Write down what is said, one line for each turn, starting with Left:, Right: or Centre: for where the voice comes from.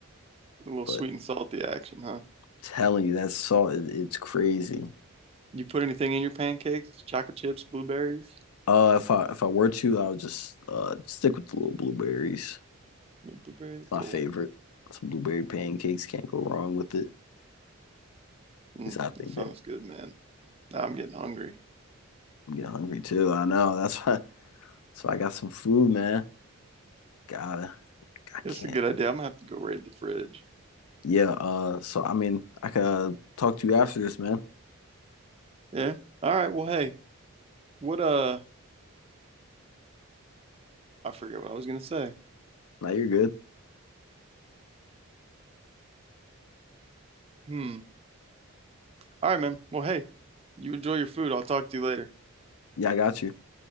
Right: a little
Left: but
Right: sweet and salty action, huh?
Left: telling you that salt is it's crazy.
Right: You put anything in your pancakes? Chocolate chips, blueberries?
Left: Uh, if I if I were to, I would just uh stick with the little blueberries.
Right: No Blueberries?
Left: It's my
Right: Cool.
Left: favorite. Some blueberry pancakes can't go wrong with it.
Right: Mm,
Left: Cause I think
Right: that sounds
Left: that
Right: good, man. Now I'm getting hungry.
Left: I'm getting hungry too. I know that's why. So I got some food, man. Gotta. I
Right: That's
Left: can't.
Right: a good idea. I'm gonna have to go raid the fridge.
Left: Yeah. Uh. So I mean, I could uh, talk to you after this, man.
Right: Yeah. All right. Well, hey, what, uh, I forget what I was gonna say.
Left: Now you're good.
Right: Hmm. All right, man. Well, hey, you enjoy your food. I'll talk to you later.
Left: Yeah, I got you.